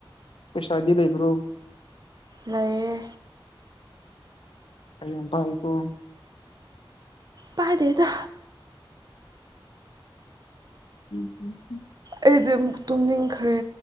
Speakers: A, on the left; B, on the right.
A: ꯄꯩꯁꯥꯒꯤ ꯂꯩꯕ꯭ꯔꯣ
B: ꯂꯩꯏꯌꯦ
A: ꯎꯝ ꯄꯥꯌꯨꯀꯣ
B: ꯄꯥꯏꯗꯦꯗ
A: ꯎꯝ ꯎꯝ
B: ꯑꯩꯗꯤ ꯑꯃꯨꯛ ꯇꯨꯝꯅꯤꯡꯈ꯭ꯔꯦ